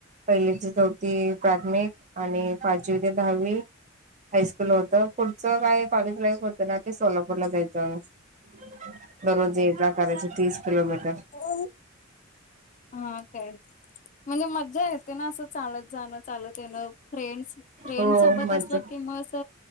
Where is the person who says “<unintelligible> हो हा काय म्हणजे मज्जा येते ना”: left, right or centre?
Left